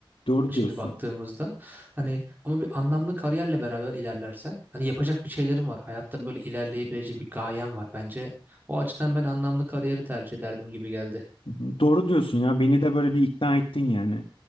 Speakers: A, on the left; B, on the right.
A: Doğru
B: Şimdi
A: diyorsun.
B: baktığımızda hani ama bir anlamlı kariyerle beraber ilerlersen hani yapacak bir şeylerim var. Hayatta böyle ilerleyebileceğim bir gayem var. Bence o açıdan ben anlamlı kariyeri tercih ederdim gibi geldi.
A: Hı hı. Doğru diyorsun ya. Beni de böyle bir ikna ettin yani.